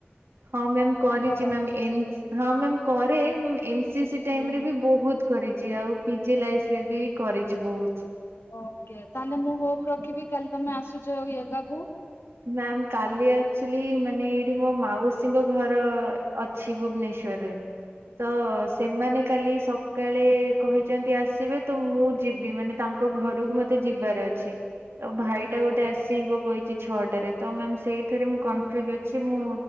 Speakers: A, on the right; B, on the left.
A: ହଁ ମ୍ୟାମ୍ କରିଛି
B: ନା କର
A: ମ୍ୟାମ୍ ହଁ ମ୍ୟାମ୍ କରେ ଏନସି ଟାଇମ୍
B: ହୁଁ
A: ରେ ବି ବହୁତ କରିଛି ଆଉ ପିଜି ଲାଇଫ୍‌ ରେ ବି କରିଛି ବହୁତ।
B: ଓକେ ତାହେଲେ ମୁଁ ହୋପ ରଖିବି କାଲି ତମେ ଆସୁଛଉ ୟୋଗା କୁ?
A: ମ୍ୟାମ୍ କାଲି ଆକ୍ଚୁଆଲି ମାନେ ଏଇଠି ମୋ ମାଉସୀଙ୍କ ଘର ଅଛି ଭୁବନେଶ୍ଵରରେ।
B: ହଁ
A: ତ ସେମାନେ କାଲି ସ ସକାଳେ କହିଛନ୍ତି ଆସିବେ ତ ମୁଁ ଯିବି ମାନେ ତାଙ୍କ ଘରକୁ ମତେ ଯିବାର ଅଛି। ତ ଭାଇଟା ଗୋଟେ
B: ଓକେ
A: ଆସିବ କହିଛି। ଛଅଟାରେ ତ ମ୍ୟାମ ସେଇଥିରେ ମୁଁ କନଫ୍ୟୁଜ ଅଛି ମୁଁ